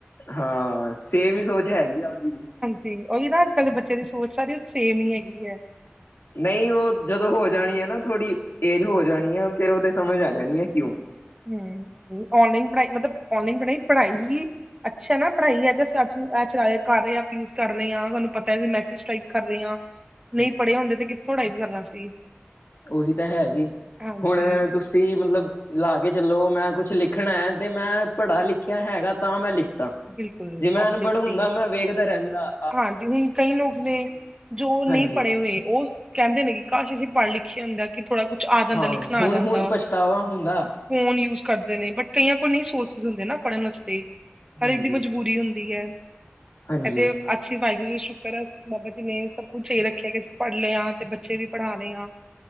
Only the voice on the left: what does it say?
ਹਾਂ, ਸੇਮ ਹੀ ਸੋਚ ਹੈਗੀ ਆ, ਓਦੀ ਵੀ।
ਨਈ ਓ ਜਦੋਂ ਹੋ ਜਾਣੀ ਐ ਨਾ ਥੋੜ੍ਹੀ ਏਜ ਹੋ ਜਾਣੀ ਐ ਫਿਰ ਓਦੇ ਸਮਝ ਆ ਜਾਣੀ ਆ, ਕਿਉਂ?
<inaudible>
ਓਹੀ ਤਾਂ ਹੈ ਜੀ,
ਹੁਣ ਤੁਸ ਸੀ, ਮਤਲਬ ਲਾ ਕੇ ਚਲੋ, ਮੈਂ ਕੁਛ ਲਿਖਣਾ ਤੇ ਮੈਂ ਪੜ੍ਹਾ ਲਿਖੇਆ ਹੈਗਾ ਤਾਂ ਮੈਂ ਲਿਖ ਤਾ,
ਜੇ ਮੈਂ
ਅਨਪੜ੍ਹ ਹੁੰਦਾ, ਮੈਂ ਵੇਖਦਾ ਰੈੰਦਾ।
ਹਾਂਜੀ
ਹਾਂ
ਹੁਣ
ਹੁਣ ਪਛਤਾਵਾ ਹੁੰਦਾ
ਹਾਂਜੀ।
ਹਾਂਜੀ